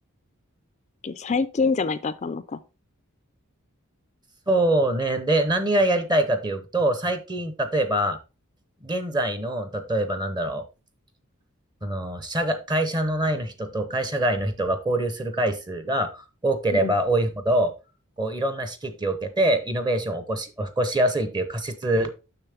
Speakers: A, on the left; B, on the right.
A: OK 最近じゃないとあかんのか。
B: そうね。で、何がやりたいかというと、最近、例えば、現在の、例えばなんだろう、この、社が、会社の内の人と会社外の人が交流する回数が多ければ多いほど、
A: うん、
B: こう、いろんな刺激を受けて、イノベーションを起こし、起こしやすいという仮説